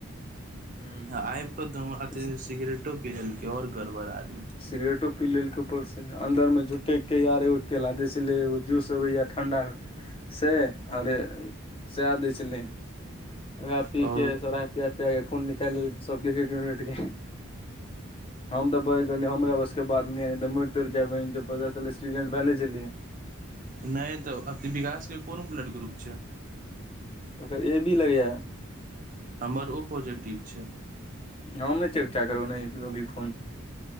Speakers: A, on the left; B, on the right.
A: हूँ
B: आब कोऽ
A: ई
B: सिगरेटो पीेलक और गड़बड़ा
A: सिगरेटो पी लेल कपड़ से अंदर में झुटे के यार एो केला जैसे ले एगो जूस अबे या ठंडा से अरे सए दै छलै उएह
B: ओ
A: पीे सौराह पिया पियाे खून निकालि लेल सभके एक यूनिट के हम तऽ कह कहल हमरा बस के बात तो जाय बहिन पचास साल एक्सीडेंट भेले छलै
B: नहि तऽ अति विकास के कोनो ब्लड ग्रुप छै
A: ओकर ए भी लगैया
B: हमर ओ पॉजिटिव छै
A: हम नहि चेक च करब नहि भी फोन